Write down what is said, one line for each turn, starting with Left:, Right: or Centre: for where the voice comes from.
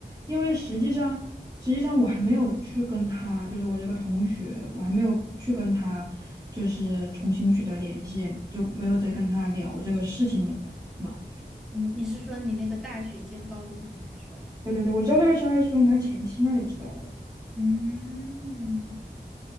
Right: 因为实际上实际上我还没有去跟他，就是我这个同学，我还没有去跟他就是重新取得联系，就没有再跟他聊这个事情的嘛。
Centre: 你你是说你那个大学兼高中同学是吧？
Right: 对对对，我知道这个消息是从他前妻那里知道的，
Centre: 嗯，